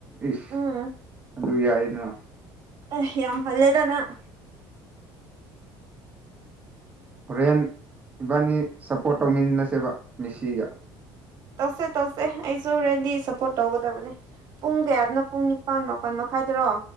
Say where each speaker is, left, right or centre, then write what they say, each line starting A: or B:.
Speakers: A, on the right; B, on the right.
A: ꯏꯁ
B: ꯎꯝ
A: ꯑꯗꯨ ꯌꯥꯏꯅꯣ
B: ꯑꯦ ꯌꯥꯝ ꯍꯜꯂꯦꯗ ꯅꯪ
A: ꯍꯣꯔꯦꯟ ꯏꯕꯥꯅꯤ ꯁꯞꯄꯣꯔꯠ ꯇꯧꯃꯤꯟꯅꯁꯦꯕ ꯃꯤꯁꯤꯒ
B: ꯇꯧꯁꯦ-ꯇꯧꯁꯦ ꯑꯩꯁꯨ ꯔꯦꯗꯤ ꯁꯞꯄꯣꯔꯠ ꯇꯧꯒꯗꯕꯅꯦ ꯄꯨꯡ ꯀꯌꯥꯗꯅꯣ ꯄꯨꯡ ꯅꯤꯄꯥꯜ ꯃꯥꯄꯜ ꯃꯈꯥꯏꯗꯥꯔꯣ